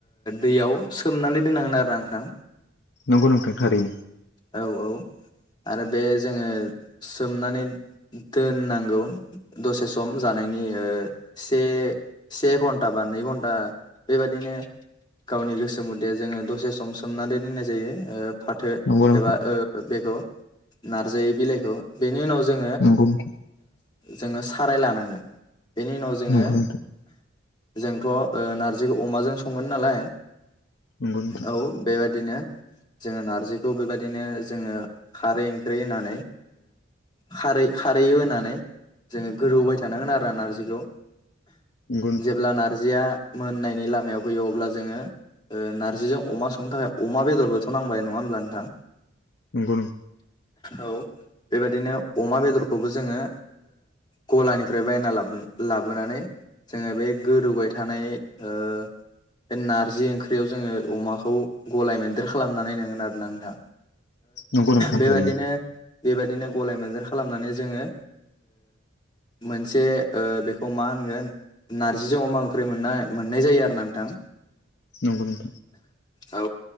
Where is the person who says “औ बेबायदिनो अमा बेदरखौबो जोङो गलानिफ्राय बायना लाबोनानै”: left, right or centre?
Left